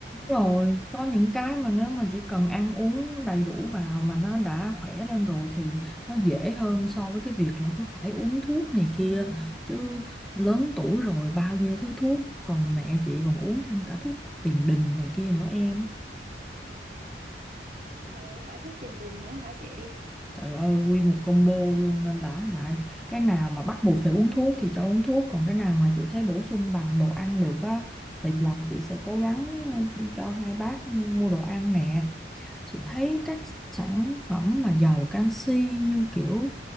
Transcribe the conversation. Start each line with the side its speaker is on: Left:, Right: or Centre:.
Centre: rồi có những cái mà nếu mà chỉ cần ăn uống đầy đủ vào mà nó đã khỏe lên rồi thì nó dễ hơn so với cái việc là cứ phải uống thuốc này kia chứ lớn tuổi rồi bao nhiêu thứ thuốc còn mẹ chị còn uống thêm cả thuốc tiền đình này kia nữa em
Right: Rồi cả thuốc tiền đình nữa hả chị?
Centre: trời ơi nguyên một combo luôn nên là hả cái nào mà bắt buộc phải uống thuốc thì cho uống thuốc còn cái nào mà chị thấy bổ sung bằng đồ ăn được á thì là chị sẽ cố gắng ờ, cho hai bác mua đồ ăn nè Chị thấy các sản phẩm mà giàu canxi như kiểu